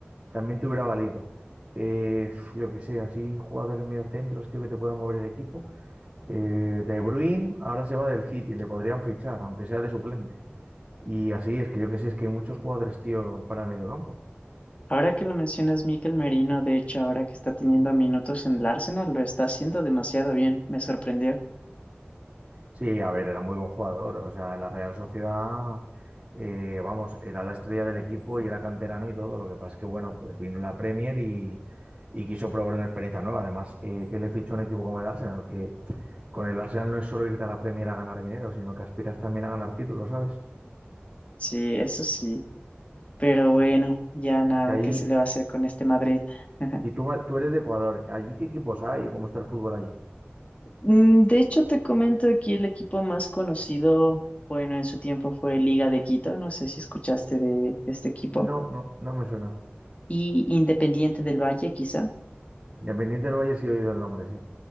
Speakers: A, on the right; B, on the left.
A: También te hubiera valido. Eh, yo qué sé, así jugadores mediocentros, tío, que te puedan mover el equipo. Eh, De Bruyne ahora se va del City, le podrían fichar, aunque sea de suplente. Y así es que yo qué sé, es que hay muchos jugadores, tío, para el medio campo.
B: Ahora que lo mencionas, Mikel Merino, de hecho, ahora que está teniendo minutos en el Arsenal, lo está haciendo demasiado bien, me sorprendió.
A: Sí, a ver, era muy buen jugador. O sea, en la Real Sociedad, eh, vamos, era la estrella del equipo y era canterano y todo. Lo que pasa es que, bueno, pues vino la Premier y, y quiso probar una experiencia nueva. Además, eh, que le fichó un equipo como el Arsenal, que con el Arsenal no es solo irte a la Premier a ganar dinero, sino que aspiras también a ganar títulos, ¿sabes?
B: Sí, eso sí. Pero bueno, ya nada,
A: Y ahí,
B: ¿qué se le va a hacer con este Madrid? <laughs>
A: y tú, tú eres de Ecuador. ¿Allí qué equipos hay o cómo está el fútbol allí?
B: Mm, De hecho, te comento aquí el equipo más conocido, bueno, en su tiempo fue Liga de Quito, no sé si escuchaste de, de este equipo,
A: No, no, no me suena.
B: y Independiente del Valle, quizá.
A: Independiente del Valle sí he oído el nombre, sí.